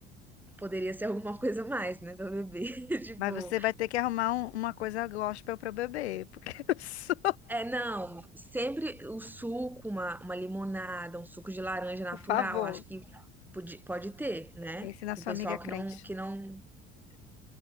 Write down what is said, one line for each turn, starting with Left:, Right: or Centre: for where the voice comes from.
Centre: poderia ser alguma coisa a mais, né, pra beber. <laughs> Tipo,
Left: Mas você vai ter que arrumar um- uma coisa gospel pra eu beber, porque <laughs> eu sou...
Centre: É, não, sempre o suco, uma, uma limonada, um suco de laranja natural,
Left: Por favor,
Centre: acho que pode, pode ter, né?
Left: pense na
Centre: Pro
Left: sua
Centre: pessoal
Left: amiga crente.
Centre: que não, que não.